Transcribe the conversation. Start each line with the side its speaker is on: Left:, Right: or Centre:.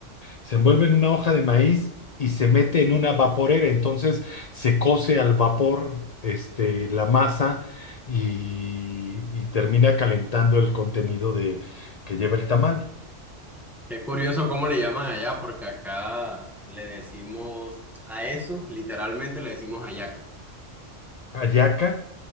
Left: se envuelve en una hoja de maíz y se mete en una vaporera. Entonces se cose al vapor, este, la masa y, y termina calentando el contenido de, que lleva el tamal.
Centre: qué curioso cómo le llaman allá, porque acá le decimos a eso, literalmente le decimos hallaca.
Left: Hallaca.